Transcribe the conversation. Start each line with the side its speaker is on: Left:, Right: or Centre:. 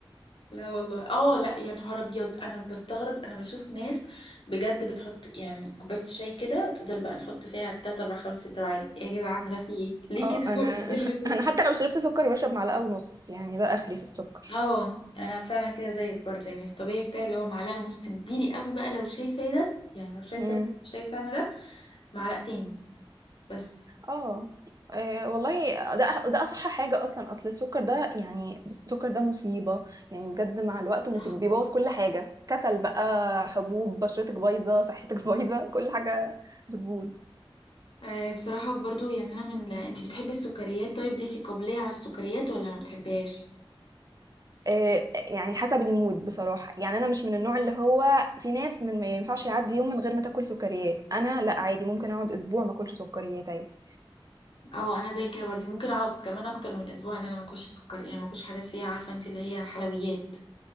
Left: لا والله اه لا يا نهار ابيض انا بستغرب انا بشوف ناس بجد بتحط يعني كوبايه الشاي كده تفضل بقى تحط فيها 3 4 5 6 معالق يا جدعان ده في ايه ليه
Right: اه
Left: كده <laughs>
Right: انا
Left: ايه اللي
Right: <laughs>
Left: ده كله
Right: انا حتى لو شربت سكر بشرب معلقه ونص يعني ده اخري في السكر
Left: اه انا فعلا كده زيك برضه يعني في الطبيعي بتاعي اللي هو معلقه ونص كبير قوي بقى لو شاي ساده يعني لو شاي
Right: امم
Left: ساده الشاي بتاعنا ده معلقتين بس
Right: اه إيه والله ده ده اصح حاجه اصلا اصل السكر ده يعني بس السكر ده مصيبه يعني بجد مع الوقت مصيبه
Left: نعم.
Right: بيبوظ كل حاجه كسل بقى حبوب بشرتك بايظه صحتك <laughs> بايظه كل حاجه بتبوظ
Left: آه، بصراحه برضه يعني انا من لا. انت بتحبي السكريات طيب ليكي قابليه على السكريات ولا ما بتحبيهاش
Right: إيه يعني حسب المود بصراحه يعني انا مش من النوع اللي هو في ناس من ما ينفعش يعدي يوم من غير ما تاكل سكريات انا لا عادي ممكن اقعد اسبوع ما اكلش سكريات عادي
Left: اه انا زي كده برضه ممكن اقعد كمان اكتر من اسبوع ان انا ما اكلش سكر يعني ما اكلش حاجات فيها عارفه انت اللي هي حلويات